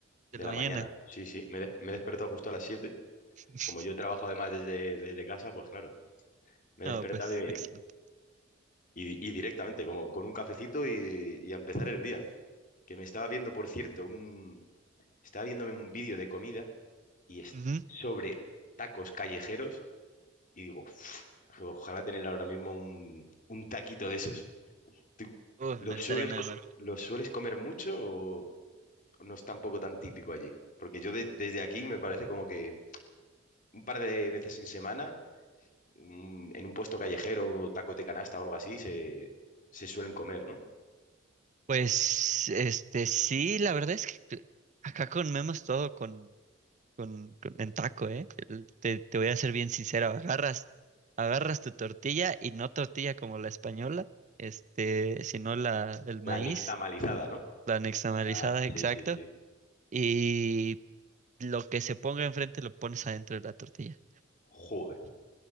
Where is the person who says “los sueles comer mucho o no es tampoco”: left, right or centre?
Left